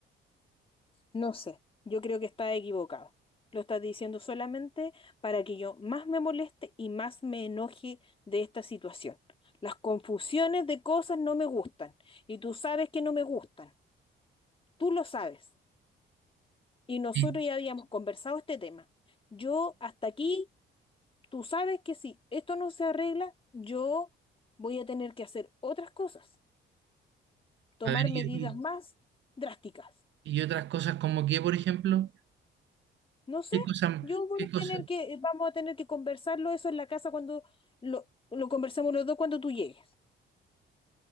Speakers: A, on the left; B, on the right.
A: No sé, yo creo que está equivocado. Lo estás diciendo solamente para que yo más me moleste y más me enoje de esta situación. Las confusiones de cosas no me gustan y tú sabes que no me gustan. Tú lo sabes. Y nosotros
B: y-
A: ya habíamos conversado este tema. Yo hasta aquí, tú sabes que si esto no se arregla, yo voy a tener que hacer otras cosas, tomar
B: A ver, y,
A: medidas más drásticas.
B: y- y otras cosas como que, por ejemplo,
A: No sé,
B: ¿qué cosas,
A: yo voy
B: qué
A: a
B: cosas?
A: tener que, eh, vamos a tener que conversarlo eso en la casa cuando lo, lo conversemos los dos cuando tú llegues.